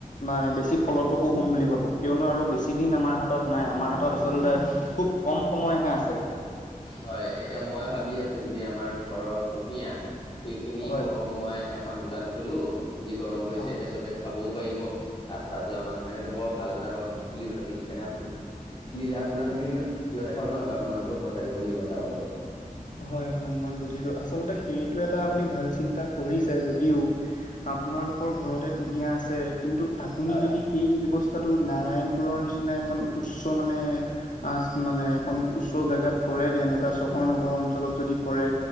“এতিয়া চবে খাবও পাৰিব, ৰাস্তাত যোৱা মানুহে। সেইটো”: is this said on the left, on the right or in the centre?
Left